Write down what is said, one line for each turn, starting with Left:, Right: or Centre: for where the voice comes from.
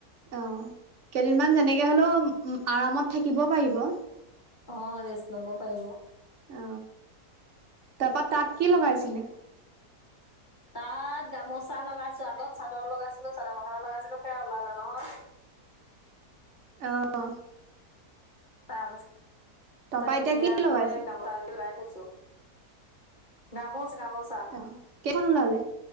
Right: অ কেইদিনমান যেনেকে হলও উ উম আৰামত থাকিব পাৰিব।
Left: অ ৰেচ লৱ পাৰিব।
Right: অ তাপা তাত কি লগাইছিলে?
Left: তাত গামোচা লগাইছো আগত চাদৰ লগাইছিলো চাদৰ মেখেলা লগাইছিলো সেয়া ওলালে নহয়।
Right: অ।
Left: তাৰ পাছত
Right: তাৰপা
Left: এতিয়া
Right: কি
Left: আকৌ
Right: লগাইছে
Left: এ গামোচা এজো লগাই থৈছোঁ। গামোচ গামোচ।
Right: অ কেইখন ওলালে